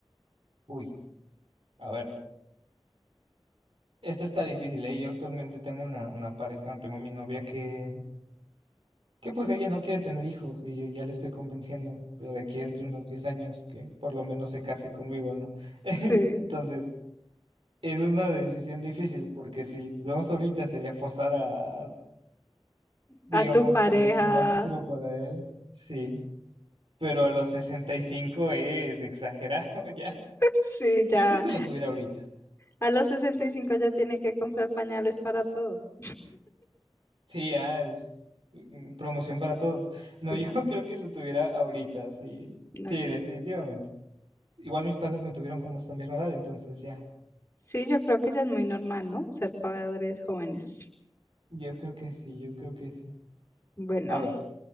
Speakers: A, on the right; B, on the left.
A: Uy, a ver. Esta está difícil, ¿eh? Yo actualmente tengo una, una pareja, tengo mi novia que, que pues ella no quiere tener hijos y yo ya le estoy convenciendo, pero de aquí dentro de unos 10 años que por lo menos se case conmigo, ¿no? <laughs>
B: Sí,
A: Entonces... Es una decisión difícil porque si lo vemos ahorita sería forzar a, digamos,
B: a tu pareja.
A: tal vez un
B: <laughs>
A: mal futuro para él. Sí, pero a los 65 es exagerado <laughs> ya.
B: Sí, ya.
A: Yo creo que lo tuviera ahorita.
B: A los 65 ya tiene que comprar pañales para todos.
A: Sí, ya es mm, mm, promoción para todos. No,
B: Sí,
A: yo <laughs> creo que lo tuviera ahorita, sí.
B: no,
A: Sí,
B: que-
A: definitivamente. Igual mis padres me tuvieron como esta misma edad, entonces ya.
B: sí, yo creo que ya es muy normal, ¿no? Ser padres jóvenes.
A: Yo creo que sí, yo creo que sí.
B: Bueno,
A: A ver,